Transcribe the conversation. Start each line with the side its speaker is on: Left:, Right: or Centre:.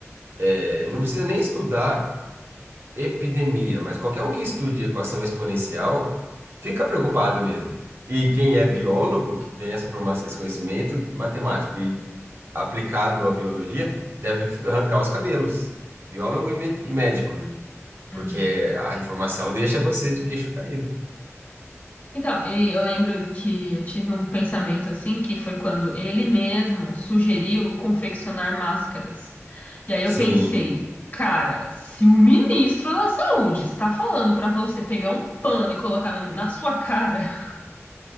Right: eh, não precisa nem estudar, epidemia, mas qualquer um que estude equação exponencial fica preocupado mesmo. E quem é biólogo, que tem essa formação, esse conhecimento matemático e aplicado à biologia, deve arrancar os cabelos. Biólogo e, mé- e médico, né?
Left: Uhum.
Right: Porque a informação deixa você de queixo caído.
Left: Então, e eu lembro que eu tive um pensamento assim, que foi quando ele mesmo sugeriu confeccionar máscaras. E aí eu
Right: Sim.
Left: pensei, cara, se o ministro da Saúde está falando para você pegar um pano e colocar no- na sua cara, <laughs>